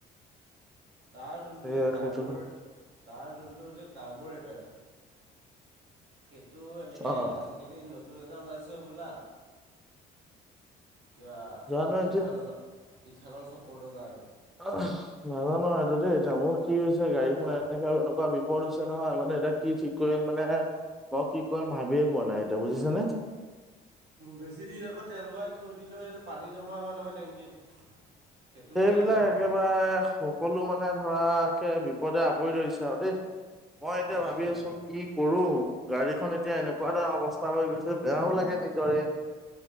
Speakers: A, on the right; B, in the centre.
A: তাৰ যোনটো
B: সেয়া
A: যে কাৰ্বো,
B: সেইটো
A: তাৰ যোনটো যে কাৰ্বোৰেটৰ', সেইটো এনেকে
B: অ',
A: আজিকালি নতুন এটা ওলাইছে বোলা? কিবা
B: জানো এতিয়া
A: ইথান'লৰ, ইথান'ল ছাপোৰ্টৰ গাৰ্ড',
B: আহ', নাজানোঁ এইটো দেই ডাঙৰ কি হৈছে গাড়ীখন
A: মদ
B: এনেকে এনেকুৱা বি', বিপদ হৈছে নহয়, মানে এতিয়া কি ঠিক কৰিম মানে মই কি কৰিম ভাবিয়ে পোৱা নাই, এতিয়া বুজিছা নে?
A: বেছিদিন আকৌ তেল ভৰাই থৈ দিলেও এইটো পানী জমা হয় নহয় টেংকিত', সেইটোও
B: এইবিলাক
A: বেয়া হ'ল,
B: একেবাৰে সকলো মানে ধৰাকে বিপদে আৱৰি ধৰিছে আৰু দেই', মই
A: মাৰি
B: এতিয়া
A: দিছে
B: ভাবি
A: মানে
B: আছোঁ কি?
A: আৰু।
B: কৰোঁ? গাড়ীখন এতিয়া এনেকুৱা এটা অৱস্থা হৈ গৈছে বেয়াও লাগে নিজৰে',